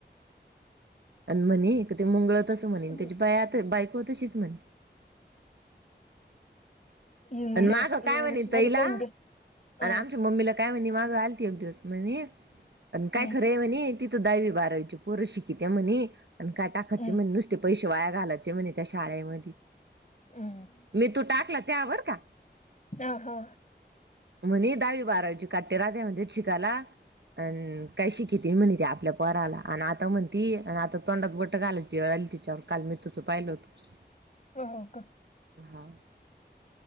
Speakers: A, on the right; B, on the left.
A: आणि म्हणे का ते मुंगळात तसं म्हणेन
B: हम्म.
A: त्याची बाय आता बायको तशीच म्हणे
B: इंग्ल
A: आणि माग काय
B: इंग्लिश
A: म्हणे तईला
B: मध्ये काऊन दे अ,
A: आणि आमच्या मम्मीला काय म्हणे माग आलती एकग दिवस म्हने काय
B: हम्म,
A: खरं आहे म्ह तिथं दहावी बारावीची पोरं शिकी त्या म्हणे आणि काय टाकायचे
B: हम्म,
A: म्ह नुसते पैश वाया घालायचे म्हणे त्या शाळेमध्ये
B: हम्म.
A: मी तू टाकला त्यावर का
B: अ हो
A: म्हणे दहावी बारावीजची काट्टे राे म्हणते शिकाला अ काय शिक त म्हणती आपल्या पराला आणि आता म्हणती आता तोंडात बट घालायची तिच्यावर काल मी तुझं पाहिलं होत
B: हो का
A: हा